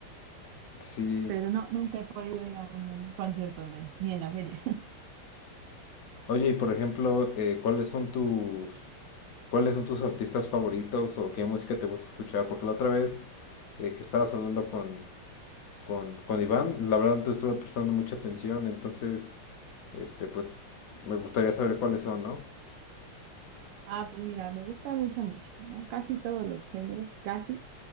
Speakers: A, on the left (about 70°); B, on the right (about 85°).
A: Sí.
B: pero no, nunca he podido ir a un concierto de él, ni en la feria. <laughs>
A: Oye, y por ejemplo, eh, ¿cuáles son tus, ¿Cuáles son tus artistas favoritos o qué música te gusta escuchar? Porque la otra vez eh, que estabas hablando con, con, con Iván, la verdad no te estuve prestando mucha atención, entonces, este, pues me gustaría saber cuáles son, ¿no?
B: Ah, pues mira, me gusta mucha música, ¿no? Casi todos los géneros, casi,